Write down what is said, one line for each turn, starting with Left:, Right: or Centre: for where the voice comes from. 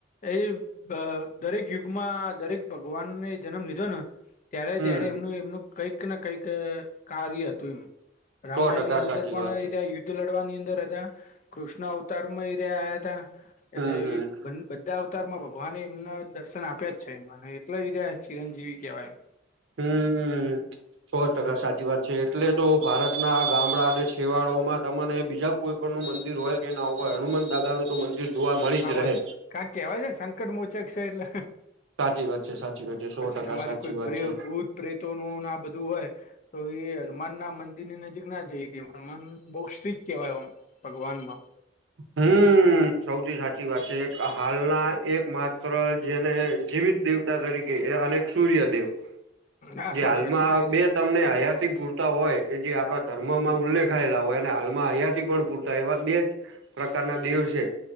Left: એ બ અહ દરેક યુગમાં દરેક ભગવાનને જન્મ લીધો ને ત્યારે
Right: હમ
Left: ત્યારે એમનું એમનું કઈકને કંઈક કાર્ય હતુ રામાયણ
Right: સો ટકા
Left: ની અંદર
Right: સાચી
Left: પણ
Right: વાત છે
Left: આ યુ લડવાની અંદર હતા, કૃષ્ણ અવતાર મય રયા તા
Right: હમ
Left: એટલે
Right: હમ
Left: બધા આવ વિસ્તારમાં ભગવાને એમના દર્શન આપ્યા જ છેને એટલા બીજા ચિરંજીવી કેહેવાય.
Right: હમ્મ, હમ્મ, સો ટકા
Left: એમ
Right: સાચી વાત છે એટલે
Left: સો ટકા
Right: તો ભારતના આ ગામડા અને છેવાડા માં તમ ને બીજા કોઈ પણનું મંદિર હોય કે ના હોય હનુમાન દાદા નું તો મંદિર જોવા મળી
Left: હા
Right: જ
Left: હોય
Right: રહે.
Left: કારણ કેવાય છે ને સંકટ મોચેક છે એટલે.
Right: સાચી વાત છે સાચી
Left: હ
Right: વાત છે
Left: પછી
Right: સો ટકા
Left: તમારી
Right: સાચી
Left: કોઈ
Right: વાત
Left: ભ્રેવ
Right: છે.
Left: ભૂત પ્રેતો નું આ બધું હોય તો એ હનુમાન ના મ ની નજીક ના જઈ હગી મન બહ સ્ટ્રીક કેવાય આમ ભગવાન માં.
Right: હમ્મ. સૌથી સાચી વાત છે એક હાલના એક માત્ર જેને જીવિત દેવતા તરીકે એ અને એક સૂર્ય દેવ.
Left: હા
Right: જે
Left: સો
Right: હાલમાં
Left: ટકા સૂર્યદેવ
Right: બે તમને હયાતી પૂરતા હોય એ જે આપણા ધર્મમાં
Left: હમ
Right: ઉલ્લેખ દખાયેલા હોય અને હાલમાં હયાથી પણ પૂરતા એવા બે જ પ્રકારના દેવ છે.